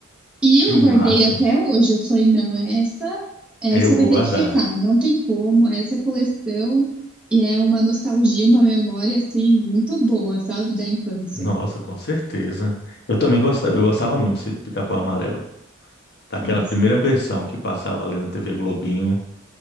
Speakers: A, in the centre; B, on the left.
A: E eu
B: que massa.
A: guardei até hoje. Eu falei, não, essa essa
B: É, Eu vou
A: vai ter
B: guardar.
A: que ficar, não tem como, essa é coleção e é uma nostalgia, uma memória assim muito boa, sabe, da infância.
B: Nossa, com certeza. Eu também gostava, eu gostava muito de Pica-Pau Amarelo. Daquela
A: Ah,
B: primeira versão que passava ali na TV Globinho,